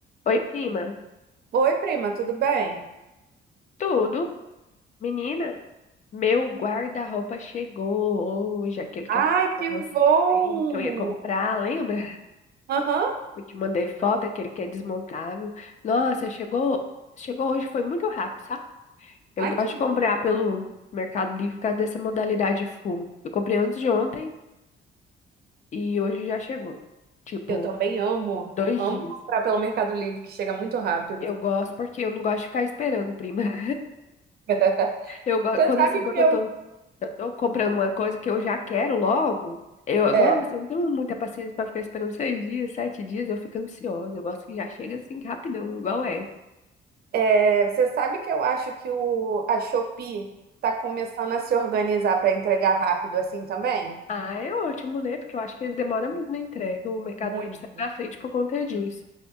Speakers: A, on the left; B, on the right.
A: Oi, prima.
B: Oi, prima, tudo bem?
A: Tudo? Menina, meu guarda-roupa chegou hoje, aquele que
B: Ai,
A: eu falei
B: que
A: pra você
B: bom!
A: que eu ia comprar, lembra?
B: Aham,
A: Eu te mandei foto, aquele que é desmontável. Nossa, chegou, chegou hoje, foi muito rápido, sabe? Eu
B: Ai,
A: gosto
B: que
A: de
B: bom.
A: comprar pelo Mercado Livre por causa dessa modalidade full. Eu comprei antes de ontem e hoje já chegou. Tipo,
B: Eu também amo.
A: dois
B: Amo
A: dias.
B: comprar pelo Mercado Livre, que chega muito rápido.
A: Eu gosto porque eu não gosto de ficar esperando, prima. <laughs>
B: <laughs>
A: Eu gosto,
B: Você
A: quando
B: sabe
A: assim, quando
B: que eu.
A: eu tô Eu tô comprando uma coisa que eu já quero logo. Eu,
B: É,
A: nossa, eu não tenho muita paciência pra ficar esperando seis dias, sete dias, eu fico ansiosa. Eu gosto que já chega assim rapidão, igual é.
B: é, você sabe que eu acho que o, a Shopee tá começando a se organizar para entregar rápido assim também?
A: Ah, é ótimo, né? Porque eu acho que eles demoram muito na entrega. O Mercado
B: Muito.
A: Livre sai na frente por conta disso.